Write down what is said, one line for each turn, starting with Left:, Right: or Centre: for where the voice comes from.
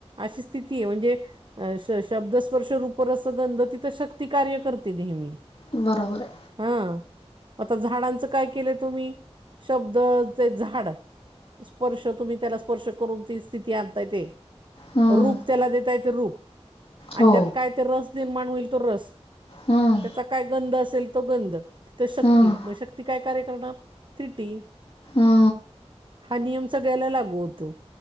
Right: अशी स्थिती आहे म्हणजे अ श शब्दस्पर्श रूप रस गंध तिथं शक्ती कार्य करते नेहमी.
Left: बरोबर आहे.
Right: हा आता झाडांच काय केलं तुम्ही शब्द ते झाड स्पर्श तुम्ही त्याला स्पर्श करून ती स्थिती आणताय ते
Left: हम्म
Right: रूप त्याला देता येत रूप आणि
Left: हो
Right: त्यात काय ते रस निर्माण होईल तो रस
Left: हम्म
Right: त्याचा काय गंध असेल तो गंध तिथ शक्ती
Left: हम्म
Right: मग शक्ती काय कार्य करणार. थिटी
Left: हा
Right: हा नियम सगळ्यायला लागू होतो.